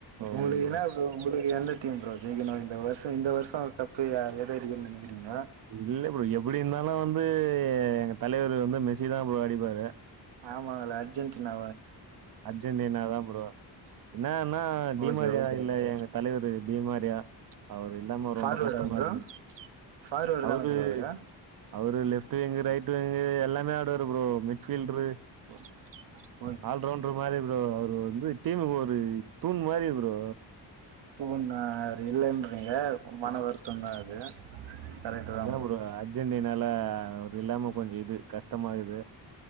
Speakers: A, on the right; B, on the right.
A: ஓ
B: ஒங்ளுக்கென்னா ஒங்களுக்கு எந்த டீம் ப்ரோ ஜெயிக்கனோ இந்த வருஷோ இந்த வருஷோ கப்பு யார் எடுக்கணும்னு நெனக்கிரிங்கோ
A: இல்ல ப்ரோ எப்டி இருந்தாலும் வந்து எங்க தலைவர் வந்து மெஸ்ஸி தா ப்ரோ அடிப்பாரு
B: ஆமா லெஜெண்ட்ல அவ
A: அர்ஜென்டினாாதா ப்ரோ என்னன்னா டிமாரியா
B: ஓகே ஓகே
A: இல்ல
B: ப்ரோ
A: எங்க தலைவரு டீமாரியா அவரு இல்லாம ரொம்ப
B: ஃபார்வேர்டா
A: கஷ்டமா
B: ப்ரோ
A: இருக்கு
B: ஃபார்வேர்டு
A: அவுரு
B: தான ப்ரோ அவரு
A: அவுரு லெப்ட் விங்கு ரைட் வெங்கு எல்லாமே ஆடுவாரு ப்ரோ மிட்ஃபீல்டரு
B: <unintelligible>
A: ஆல்ரவுண்டர் மாரி ப்ரோ அவுரு வந்து டீமுக்கு ஒரு தூண் மாரி ப்ரோ
B: பூ நா இல்லன்றீங்க மன வருத்தந்தா அது கரெக்ட்
A: அதா
B: தா
A: ப்ரோ அர்ஜென்டினால அவுரு இல்லாம கொஞ்சம் இது கஷ்டமா இருக்குது